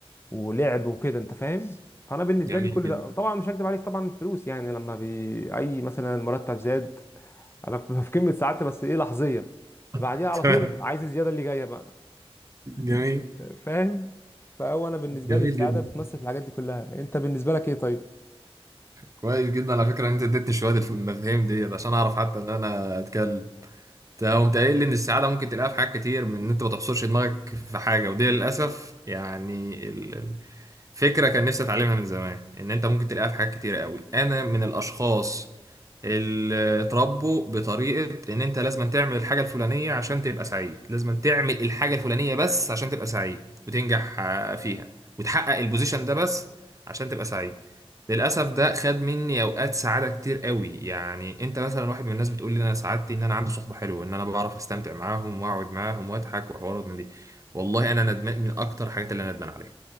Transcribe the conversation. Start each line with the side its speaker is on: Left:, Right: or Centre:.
Left: ولعب وكده انت فاهم فانا بالنسبه
Right: جميل
Left: لي كل
Right: جدا
Left: ده طبعا مش هكدب عليك طبعا الفلوس يعني لما بي... اي مثلا مرتب زاد انا <laughs> ببقى في قمه سعادتي بس ايه لحظيه بعديها
Right: <laughs>
Left: على
Right: تمام
Left: طول عايز الزياده اللي جايه بقى
Right: جميل
Left: فاهم فهو انا بالنسبه
Right: جميل
Left: لي السعاده
Right: جدا
Left: بتمثل في الحاجات دي كلها انت بالنسبه لك ايه طيب
Right: كويس جدا على فكرة إن أنت اديتني شوية المفاهيم ديت عشان أعرف حتى إن أنا أتكلم ده قمت قايل لي ان السعاده ممكن تلاقيها في حاجات كتير من ان انت ما تحصرش دماغك في حاجه ودي للاسف يعني ال- ال- فكره كان نفسي اتعلمها من زمان ان انت ممكن تلاقيها في حاجات كتير قوي انا من الاشخاص اللي اتربوا بطريقه ان انت لازم تعمل الحاجه الفلانيه عشان تبقى سعيد لازم تعمل الحاجه الفلانيه بس عشان تبقى سعيد وتنجح آه، فيها وتحقق البوزيشن ده بس عشان تبقى سعيد للأسف ده خد مني أوقات سعادة كتير قوي يعني أنت مثلا واحد من الناس بتقول لي إن أنا سعادتي إن أنا عندي صحبة حلوة إن أنا بعرف أستمتع معاهم وأقعد معاهم وأضحك وحوارات من دي والله أنا ندمان من أكتر الحاجات اللي أنا ندمان عليها